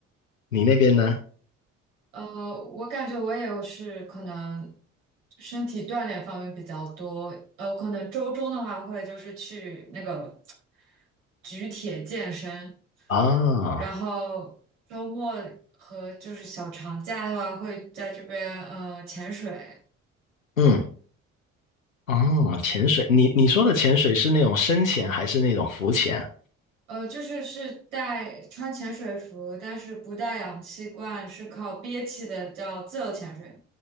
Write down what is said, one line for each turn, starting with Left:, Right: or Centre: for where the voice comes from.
Left: 你那边呢？
Right: 呃，我感觉我也是可能身体锻炼方面比较多，呃，我可能周中的话会就是去那个举铁健身，
Left: 啊，
Right: 然后周末和就是小长假的话会在这边呃潜水。
Left: 嗯。哦，潜水，你你说的潜水是那种深潜还是那种浮潜？
Right: 呃，就是是带穿潜水服，但是不带氧气罐，是靠憋气的，叫自由潜水。